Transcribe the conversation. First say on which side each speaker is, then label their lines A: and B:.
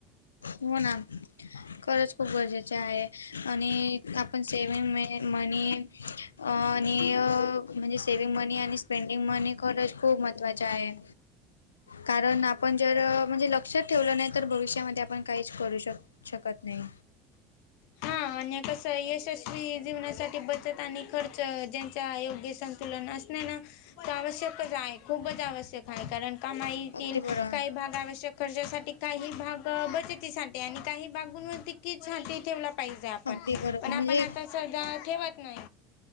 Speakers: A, on the left; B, on the left.
A: हो ना खरंच खूप गरजेचं आहे आणि आपण सेविंग मे मनी आणि म्हणजे सेविंग मनी आणि पेंडिंग मनी खरच खूप महत्त्वाचे आहे. कारण आपण जर म्हणजे लक्षात ठेवलं नाही तर भविष्यामध्ये आपण काहीच करू शक शकत नाही.
B: हा आणि कसंय यशस्वी जीवनासाठी बचत आणि खर्च ज्यांच योग्य संतुलन असणे ना आवश्यकच आहे खूपच आवश्यक आहे कारण कामाईतील
A: अगदी बरोबर
B: काही भाग आवश्यक खर्च्यासाठी काही भाग बचतीसाठी आणि काही <unintelligible> ठेवला पाहिजे आपण
A: अगदी बरोबर
B: पण
A: म्हणजे
B: आपण आता सहसा ठेवत नाही.